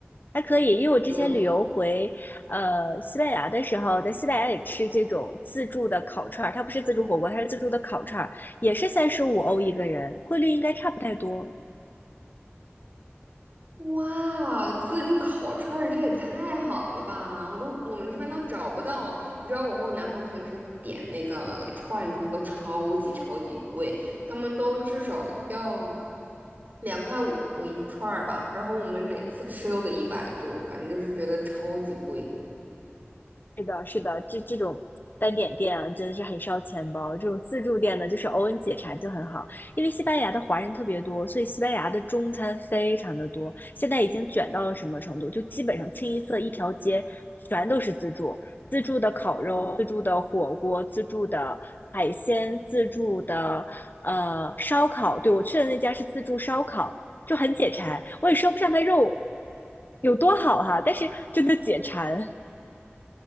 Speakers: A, on the left (about 45°); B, on the right (about 40°).
A: 还可以，因为我之前旅游回呃西班牙的时候，
B: 对。
A: 在西班牙也吃这种自助的烤串儿，它不是自助火锅，它是自助的烤串儿，也是三十五欧一个人，汇率应该差不太多。
B: 哇，自助烤串儿这也太好了吧！我都我们这边都找不到。你知道我和我男朋友平时点那个串串都超级超级贵，他们都至少要两块五一串儿吧，然后我们每次吃都得一百多，反正就是觉得超级贵。
A: 是的，是的，这这种单点店啊，真的是很烧钱包。这种自助店呢，就是偶尔解馋就很好。因为西班牙的华人特别多，所以西班牙的中餐非常的多。现在已经卷到了什么程度？就基本上清一色一条街全都是自助，自助的烤肉、自助的火锅、自助的海鲜、自助的呃烧烤。对，我去的那家是自助烧烤，就很解馋。我也说不上它肉有多好哈，但是真的解馋。